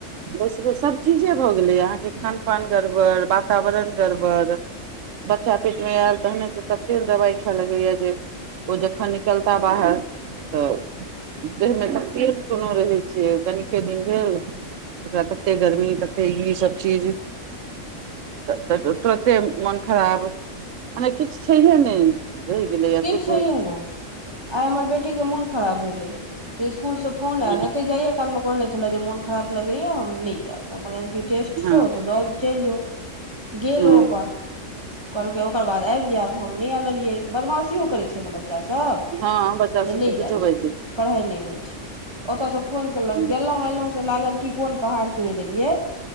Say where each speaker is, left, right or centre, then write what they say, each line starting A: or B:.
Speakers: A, on the right; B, on the right.
A: बस बस सभचीजे भऽ गेलै अहाँके खान पान गड़बड़ वातावरण गड़बड़ बच्चा पेटमे आएल तहने सऽ तते दवाई खाऽ लगैया जे ओ जखन निकलता बाहर तऽ देहमे तऽ तेज रहै छै कनिके दिन भेल ओकरा तते गर्मी तते ई सब चीज त-तुरते मन खराब मने किछ छैहै नै भेलैया
B: किछु
A: सुध
B: छैहे ने आइ हमर बेटीके मोन खराब भेलै ते स्कूल से फोन
A: नहि
B: आएल एते जाइयै कालमे कहने छलाए जे मन खराब लगैए हम नै जाएब हम कहलीयै जे टेस्ट
A: हँ
B: छौ तऽ दऽ चलि जो गेल
A: हँ
B: ओ अपन कहलकै ओकर बाद आबि जाएब हम नहि आनलियै बदमासियो करै छै ने बच्चासब
A: हँ बच्चा
B: जे
A: सब
B: नहि
A: तऽ झूठो
B: जाएब
A: बाजि
B: स्कूल
A: दै
B: पढ़ाइ नहि होइ छै ओतऽ सब फोन केलक
A: छै
B: गेलहूँ एलहूँसे लागल की कोन पहाड़ तोड़ि देलियै